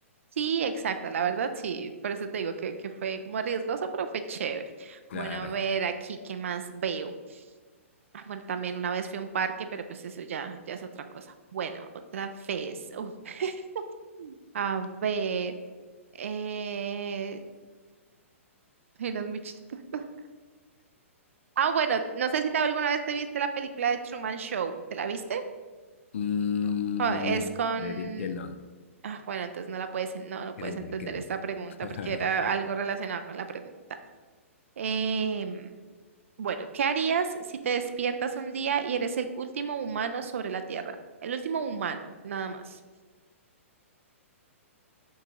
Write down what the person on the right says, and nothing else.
Sí, exacto, la verdad sí, por eso te digo que, que fue como riesgoso, pero fue chévere.
Bueno, a ver aquí, ¿qué más veo? Ah, bueno, también una vez fui a un parque, pero pues eso ya, ya es otra cosa. Bueno, otra vez. uf, <laughs> a ver, eh... ay, no, es muy chistoso. Ah, bueno, no sé si te, alguna vez te viste la película de Truman Show, ¿te la viste?
Ah, es con...
Ah, bueno, entonces no la puedes, no, no puedes
entender
esta pregunta
porque era algo relacionado con la pregunta. Em, Bueno, ¿qué harías si te despiertas un día y eres el último humano sobre la Tierra? El último humano, nada más.